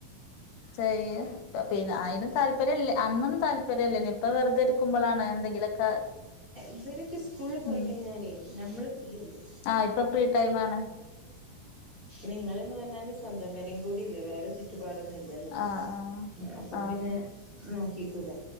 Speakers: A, on the left; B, on the right.
A: ചെയ്യ് പ്പ പിന്നെ അയിന് താല്പര്യല്ലേ അന്നൊന്നു താല്പര്യ ല്ലേനി പ്പൊ വെർതെര്ക്കുമ്പൊളാണ് എന്തെങ്കിലൊക്
B: ഇവരൊക്കെ സ്കൂൾല് പോയി
A: ഉം
B: കയ്ഞ്ഞാലേ നമ്മള് ഫ്രീയല്ലേ
A: ആഹ് ഇപ്പൊ ഫ്രീ ടൈം ആണ്
B: നിങ്ങള്ന്ന് പറഞ്ഞാല് സ്വന്തം പൊരേ കൂടി ഇല്ല വേറെ ചുറ്റു പാടൊന്നുല്ലല്ലോ
A: ആഹ് ആഹ്
B: അപ്പൊ
A: ആഹ്
B: പിന്നെ നോക്കിക്കൂടെ